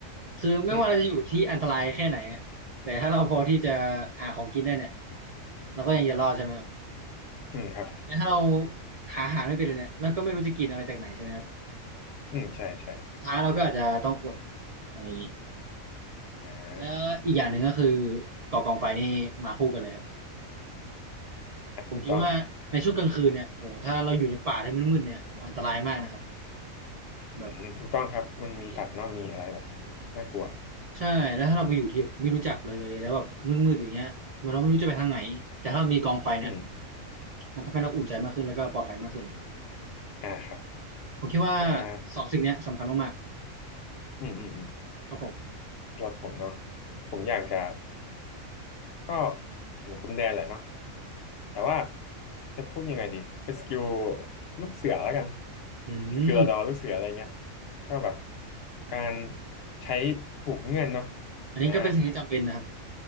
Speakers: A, on the right (about 70°); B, on the left (about 55°).
A: คือไม่ว่าเราจะอยู่ที่อันตรายแค่ไหนอะแต่ถ้าเราพอที่จะ
B: อืมครับ
A: หาของกินได้เนี่ยเราก็ยังจะรอดใช่ไหมครับ
B: อืมครับ
A: แต่ถ้าเราหาอาหารไม่เป็นเลยเนี่ยเราก็ไม่รู้จะกินอะไรจากไหนใช่ไหมครับ
B: อืมใช่ใช่
A: สุดท้ายเราก็อาจจะต้องอดอะไรอย่างนี้
B: อ่
A: แล้วอีกอย่างหนึ่งก็คือ
B: า
A: ก่อกองไฟนี่มาคู่กันเลยครับผมคิดว่าในช่วงกลางคืนเนี่ยโหถ้าเราอยู่ในป่าใน้มืดๆเนี่ยโหอันตรายมากนะครับ
B: ถูกต้อง
A: แบบ
B: อืมถูกต้องครับมันมีสัตว์เนาะมีอะไรแบบ
A: ที่
B: น่ากลัว
A: ใช่แล้วถ้าเราไปอยู่ที่ไม่รู้จักเลยแล้วแบบมืดๆอย่างเงี้ยมันเราไม่รู้จะไปทางไหนแต่ถ้าเรามีกองไฟเนี่ย
B: อืม
A: มันทำให้เราอุ่นใจมากขึ้นแล้วก็ปลอดภัยมากขึ้น
B: อ่าครับ
A: ผมคิดว่า
B: อ่า
A: สองสิ่งเนี้ยสำคัญมาก
B: อืมอืมอืม
A: ๆครับผม
B: สำหรับผมเนาะผมอยากจะก็เหมือนคุณแดนแหละเนาะ แต่ว่าจะพูดยังไงดีเป็นสกิลลูกเสือแล้วกัน
A: อืม
B: สกิลระดอลูกเสืออะไรเงี้ยก็แบบการใช้ผูกเงื่อนเนาะ
A: อันนี้ก็เป็นสิ่งที่จำเป็นนะครับ
B: อ่า